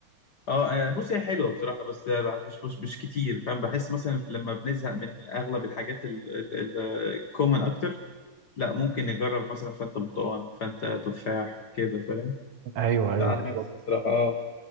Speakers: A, on the left; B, on the right.
A: اه آه، بص هي حلوه بصراحه بس آه، مش مش مش كتير فاهم بحس مثلا لما بنزهق من اغلب الحاجات الكومن اكتر لا ممكن نجرب مثلا فانتا برتقال فانتا تفاح كده فاهم
B: ايوه ايوه
A: ده عن
B: بالظبط
A: نفسي بصراحه اه